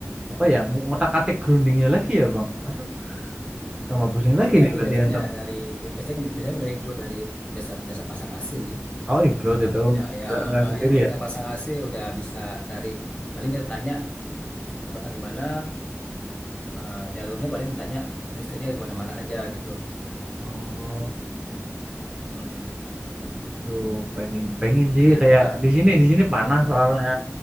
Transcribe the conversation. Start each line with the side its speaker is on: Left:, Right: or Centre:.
Right: apa ya ngotak-atik groundingnya lagi ya bang. Aduh, tambah pusing lagi
Left: Iya
Right: nih
Left: itu
Right: berarti
Left: biasanya
Right: untuk.
Left: dari biasanya biasanya udah include dari biasa biasa pasang AC sih
Right: Oh, include
Left: orang
Right: itu
Left: yang yang
Right: nggak nggak
Left: eh,
Right: sendiri
Left: yang,
Right: ya.
Left: yang pasang AC udah bisa tarik paling dia tanya mau pasang di mana eh, jalurnya paling tanya listriknya kemana-mana aja gitu.
Right: Oh.
Left: Mm-mm.
Right: Tuh pengen pengen sih
Left: Iya.
Right: kayak di sini di sini panas soalnya